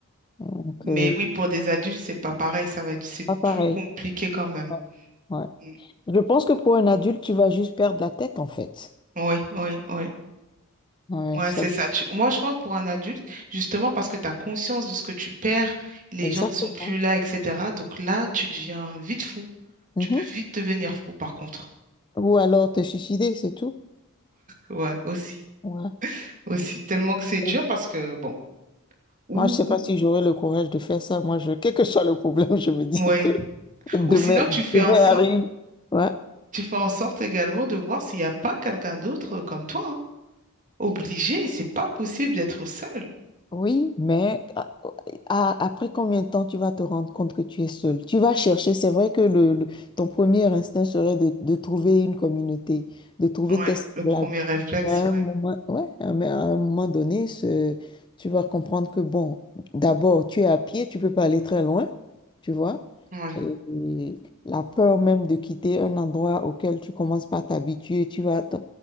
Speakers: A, on the left (about 20°); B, on the right (about 35°).
A: Donc,
B: mais
A: euh,
B: oui, pour des adultes, c'est pas pareil. Ça va être, c'est
A: pas pareil.
B: plus compliqué quand même.
A: Ouais, ouais.
B: Mm.
A: Je pense que pour un adulte, tu vas juste perdre la tête, en fait.
B: Oui, oui, oui.
A: Ouais,
B: Ouais,
A: ça-
B: c'est ça. Tu- Moi, je pense pour un adulte, justement parce que tu as conscience de ce que tu perds, les
A: exactement.
B: gens ne sont plus là, etc. Donc là, tu deviens vite fou.
A: Mhm.
B: Tu peux vite devenir fou, par contre.
A: Ou alors te suicider, c'est tout.
B: Ouais, aussi.
A: Ouais.
B: Aussi, tellement que c'est dur
A: Oui.
B: parce que, bon, ou,
A: Moi, je sais pas
B: ou,
A: si j'aurais le courage de faire ça. Moi, je, quel que soit le problème, <laughs> je me dis
B: ouais.
A: que Demain,
B: Ou sinon, tu fais
A: demain
B: en sorte,
A: arrive. Ouais.
B: tu fais en sorte également de voir s'il n'y a pas quelqu'un d'autre euh, comme toi, hein. Obligé, c'est pas possible d'être seul.
A: Oui, mais a- a- après combien de temps tu vas te rendre compte que tu es seul? Tu vas chercher, c'est vrai que le, le- ton premier instinct serait de, de trouver une communauté, de trouver
B: Ouais,
A: tes semblables.
B: le premier réflexe,
A: Mais À un
B: ouais.
A: moment, ouais, à un mais à un moment donné, ce- tu vas comprendre que, bon, d'abord, tu es à pied, tu peux pas aller très loin, tu vois.
B: Ouais,
A: Et, et la peur même de quitter un endroit auquel tu commences par t'habituer, tu vas, ton,